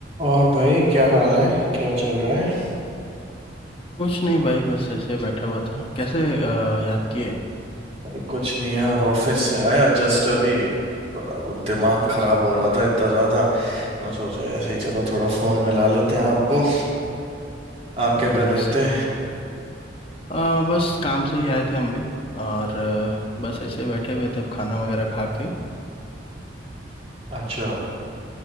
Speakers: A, on the right; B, on the left.
A: और भाई क्या हाल है क्या चल रहा है
B: कुछ नहीं भाई बस ऐसे बैठा हुआ था कैसे अ, याद किए
A: अरे कुछ नहीं यार ऑफिस से आया जस्ट अभी तो अब दिमाग
B: अच्छा
A: खराब हो रहा था इतना ज्यादा मैं सोचा ऐसे ही चलो थोड़ा फोन मिला लेते हैं आपको आप
B: हाँ,
A: क्या
B: नहीं
A: कर रहे
B: नहीं, सही
A: थे
B: है अ, बस काम से ही आए थे हम भी और अ, बस ऐसे बैठे हुए थे अब खाना वगैरह खा के
A: अच्छा